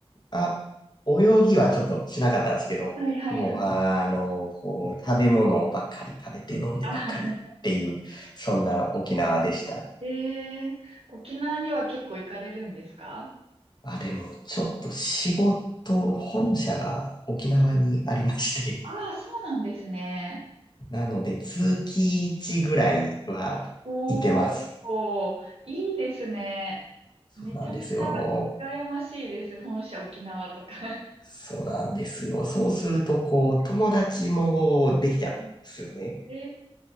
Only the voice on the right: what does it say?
はいはいはい。
あ、
ええー、沖縄には結構行かれるんですか
ああー、そうなんですね。
おお、いいですね。
めちゃめちゃ羨ましいです。本社沖縄とか。
<laughs>
うん
うん